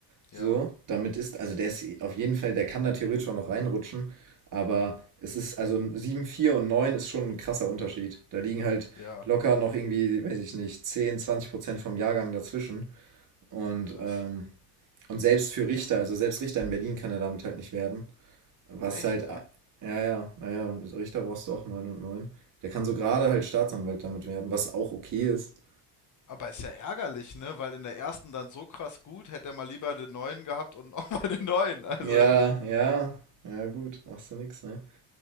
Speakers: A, on the right; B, on the left.
A: So,
B: ja,
A: damit ist, also der ist auf jeden Fall, der kann da theoretisch auch noch reinrutschen, aber es ist, also 7,4 und 9 ist schon ein krasser Unterschied. Da liegen halt
B: ja,
A: locker noch irgendwie, weiß ich nicht, 10, 20 Prozent vom Jahrgang dazwischen. Und,
B: krass.
A: ähm, und selbst für Richter, also selbst Richter in Berlin kann er damit halt nicht werden. Was
B: Echt,
A: halt,
B: ja.
A: äh, ja, ja, naja, und Richter brauchst du auch 9 und 9. Der kann so gerade halt Staatsanwalt damit werden, was auch okay ist.
B: Aber ist ja ärgerlich, ne? Weil in der ersten dann so krass gut, hätte er mal lieber den neuen gehabt und <laughs> auch mal den neuen. Also,
A: Ja, ja, ja, gut, machst du nix, ne?